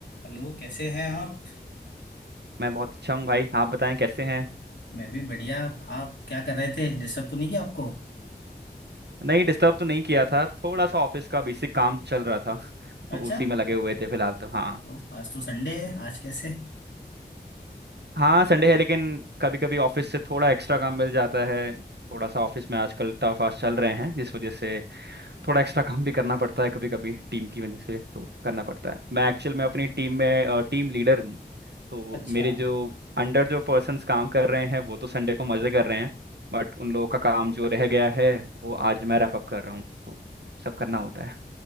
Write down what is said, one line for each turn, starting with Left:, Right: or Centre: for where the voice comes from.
Left: Hello कैसे हैं आप
Right: मैं बहुत अच्छा हूँ भाई आप बताएं कैसे हैं
Left: मैं भी बढ़िया आप क्या कर रहे थे डिस्टर्ब तो नहीं किया आपको
Right: नहीं डिस्टर्ब तो नहीं किया था थोड़ा सा ऑफिस का बेसिक काम चल रहा था <laughs> तो
Left: अच्छा
Right: उसी में लगे हुए थे फिलहाल तो हाँ
Left: तो आज तो संडे है आज कैसे
Right: हाँ संडे है लेकिन कभी कभी ऑफिस से थोड़ा एक्स्ट्रा काम मिल जाता है थोड़ा सा ऑफिस में आजकल टफ आज चल रहे हैं जिस वजह से थोड़ा एक्स्ट्रा काम भी करना पड़ता है कभी कभी टीम की वजह से तो करना पड़ता है मैं एक्चुअल में अपनी टीम में टीम लीडर हूँ तो
Left: अच्छा
Right: मेरे जो अंडर जो पर्सन्स काम कर रहे हैं वो तो संडे को मजे कर रहे हैं बट उन लोगों का काम जो रह गया है वो आज मैं रैप अप कर रहा हूँ तो सब करना होता है